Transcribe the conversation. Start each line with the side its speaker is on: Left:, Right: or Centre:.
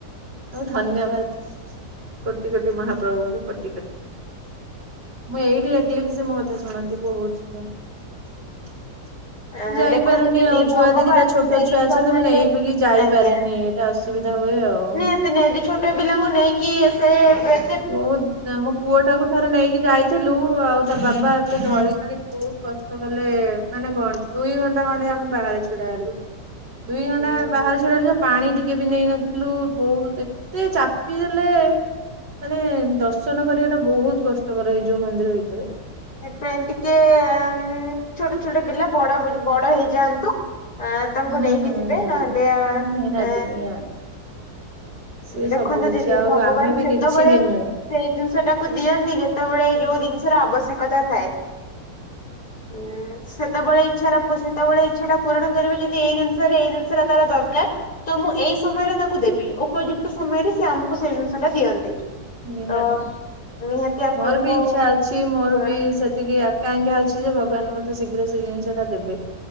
Right: ଆଉ ଧନ୍ୟବାଦ କୋଟି କୋଟି ମହାପ୍ରଭୁଙ୍କୁ କୋଟି କୋଟି। ମୁଁ ଏଇଠି ଡାକିଲିବି ସେ ମୋକଥା ଶୁଣନ୍ତି ବହୁତ ଶୁଣନ୍ତି।
Left: ଅ
Right: ଯାଇପାରୁନି
Left: ଦେଖନ୍ତୁ ଦିଦି
Right: ଆଉ
Left: ଭଗବାନ
Right: ଛୁଆ ଦିଇ ଦିଟା ଛୋଟ
Left: ସେଇ
Right: ଛୁଆ ଅଛନ୍ତି
Left: ସମୟରେ
Right: ମାନେ ନେଇକି ଯାଇପାରେନି।
Left: ଆଜ୍ଞା
Right: ଏଇଟା ଅସୁବିଧା ହୁଏ ଆଉ।
Left: ନିହାତି ନିହାତି, ଛୋଟ ପିଲାଙ୍କୁ ନେଇକି ସେ ବେ
Right: ବହୁତ ମୋ ପୁଅଟାକୁ ଥରେ ନେଇକି ଯାଇ ଥିଲୁ, ଆଉ ତା ବାବା ଏତେ ଧଳି ଧଳି ବହୁତ କଷ୍ଟ କଲେ ମାନେ କଣ ଦୁଇ ଘଣ୍ଟା ଖଣ୍ଡେ ଆମେ ବାହାରେ ଛିଡା ହେଲୁ। ଦୁଇ ଘଣ୍ଟା
Left: ହୁଁ
Right: ବାହାରେ ଛିଡା ହେଲୁ ଯେ ପାଣି ଟିକେ ଟିକେ ବି ନେଇନଥିଲୁ, ବହୁତ ଏତେ ଚାପି ଦେଲେ ମାନେ ଦର୍ଶନ କରିବାଟା ବହୁତ କଷ୍ଟକର ହେଇଯିବ ମନ୍ଦିର ଭିତରେ।
Left: ସେଇଥିପାଇଁ ଟିକେ ଉମ୍ ଛୋଟ ଛୋଟ ପିଲା ବଡ ବଡ ହେଇଯାଆନ୍ତୁ ଆ ତାଙ୍କୁ
Right: ହୁଁ
Left: ନେଇକି
Right: ହୁଁ
Left: ଯିବେ,
Right: ହୁଁ
Left: ନହେଲେ ଆ
Right: ହଁ ନିହାତି
Left: ଏ
Right: ନିହାତି। ସିଏ
Left: ଦେଖନ୍ତୁ
Right: ସବୁ କିଛି
Left: ଦିଦି,
Right: ଆଉ
Left: ଭଗବାନ
Right: ଆମେ ବି
Left: ସେତବଳେ
Right: କିଛି ବି ନୁହେଁ
Left: ସେଇ ଜିନିଷଟାକୁ ଦିଅନ୍ତି, ଯେତେବେଳେ ଯୋଉ ଜିନିଷର ଆବଶ୍ୟକତା ଥାଏ। ଉମ୍ ସେତବଳେ ଇଚ୍ଛାର ମୁଁ ସେତବଳେ ଇଚ୍ଛାଟା ପୂରଣ କରିବି ଯଦି ଏଇ ଜିନିଷରେ ଏଇ ଜିନିଷଟା ତାର ଦରକାର ତ ମୁଁ ଏଇ ସମୟରେ ତାକୁ ଦେବି, ଉପଯୁକ୍ତ ସମୟରେ ସେ ଆମକୁ ସେ ଜିନିଷଟା ଦିଅନ୍ତି।
Right: ନିହାତି।
Left: ତ ନିହାତି ଆପଣଙ୍କୁ
Right: ମୋର ବି ଇଚ୍ଛା ଅଛି, ମୋର
Left: ପୂରଣ
Right: ବି ସେତିକି କି ଆକାଂକ୍ଷା ଅଛି ଯେ, ଭଗବାନ ମତେ ଶୀଘ୍ର ସେଇ ଜିନିଷଟା ଦେବେ।